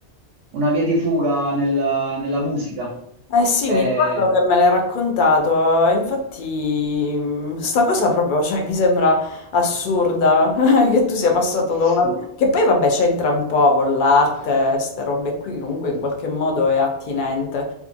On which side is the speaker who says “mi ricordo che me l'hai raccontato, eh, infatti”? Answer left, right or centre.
Left